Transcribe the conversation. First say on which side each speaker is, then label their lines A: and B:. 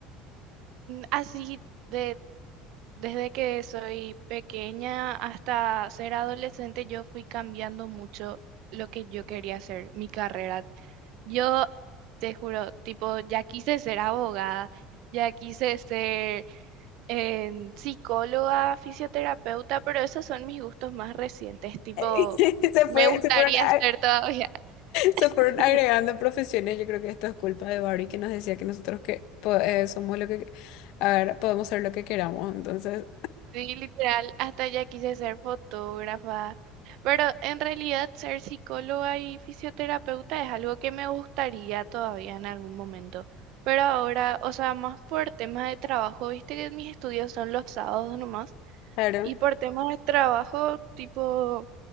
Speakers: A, on the right; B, on the left.
A: así de Desde que soy pequeña hasta ser adolescente, yo fui cambiando mucho lo que yo quería hacer, mi carrera. Yo te juro, tipo, ya quise ser abogada, ya quise ser em, psicóloga, fisioterapeuta, pero esos son mis gustos más recientes, tipo,
B: <laughs> Se
A: me
B: fue,
A: gustaría
B: se fueron, a-
A: ser todavía. <laughs>
B: se fueron agregando profesiones. Yo creo que esto es culpa de Barry que nos decía que nosotros que po- eh, somos lo que a ver, podemos ser lo que queramos. Entonces,
A: Sí, literal, hasta ya quise ser fotógrafa, pero en realidad ser psicóloga y fisioterapeuta es algo que me gustaría todavía en algún momento, pero ahora, o sea, más por temas de trabajo, viste que mis estudios son los sábados nomás,
B: claro.
A: y por temas de trabajo, tipo,